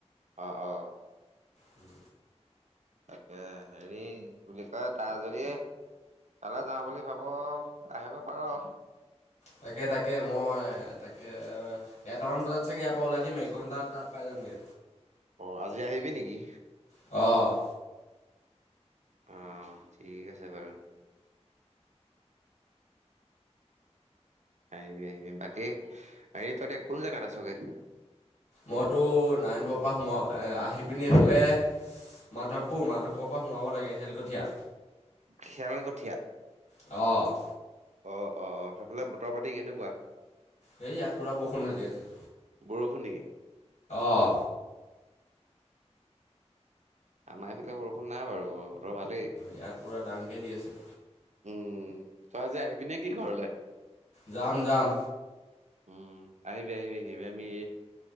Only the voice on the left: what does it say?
উম।
তাকে তাকে মই তাকে এ। এটামান বজাত চাগে ইয়াৰ পৰা ওলাই দিম। একঘণ্টাত তাত পাই যামগে।
অ'।
মইতো নাৰণৰ পৰা সোমা আহি পিনি এইফালে, মাধৱপুৰ-মাধৱপুৰৰ পৰা সোমাব লাগে হেলকঠীয়া।
অ',
সেই ইয়াত পুৰা বৰষুণ ধালি আছে।
অঁ
ইয়াত পোৰা দাংকে দি আছে।
যাম-যাম।